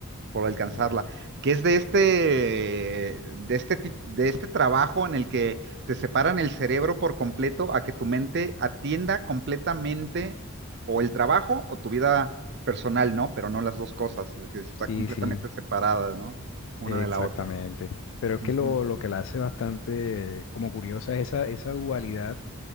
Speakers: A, on the right; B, on the left.
A: por alcanzarla,
B: Ah,
A: que es de este, de este, tip- de este trabajo en el que te separan el cerebro por completo a que tu mente atienda completamente o el trabajo o tu vida personal, ¿no? Pero no las dos cosas, que está
B: Sí,
A: completamente
B: sí,
A: separada, ¿no? Una
B: exactamente.
A: de la otra.
B: Pero es
A: Ujú.
B: que lo, lo que la hace bastante eh, como curiosa es esa, esa dualidad